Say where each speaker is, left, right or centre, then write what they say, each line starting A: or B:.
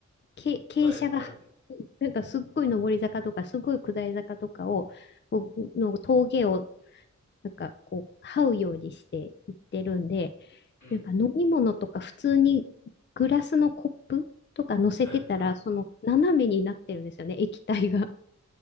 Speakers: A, on the left; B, on the left.
A: 斜、傾傾斜が、
B: はい、はい。
A: なんかすっごい上り坂とか、すごい下り坂とかを、こうの峠を、なんかこう、這うようにしていってるんで、
B: うん。
A: なんか飲み物とか普通にグラスのコップとか乗せてたら、
B: はい、は
A: その斜めになってるんですよね、液体が。